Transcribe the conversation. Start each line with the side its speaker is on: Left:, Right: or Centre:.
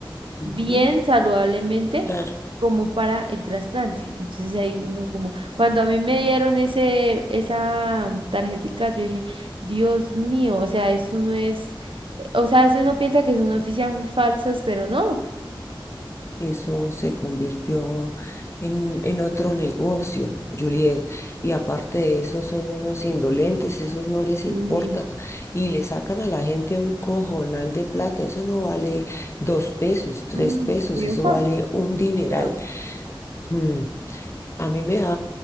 Left: ujú.
Right: bien saludablemente
Left: Claro,
Right: como para el trasplante. Entonces ahí uno como, cuando a mí me dieron ese, esa mm, tarjetica, yo dije, Dios mío, o sea, eso no es, eh, o sea, a veces uno piensa que son noticias falsas, pero no.
Left: eso se convirtió en, en otro negocio, Juliet. Y aparte de eso, son unos indolentes, esos no les
Right: Sí.
Left: importa. Y le sacan a la gente un cojonal de plata. Eso no vale dos pesos, tres
Right: Ah,
Left: pesos,
Right: sí,
Left: eso
Right: ujú,
Left: vale un dineral.
Right: Dios.
Left: Mm, A mí me da,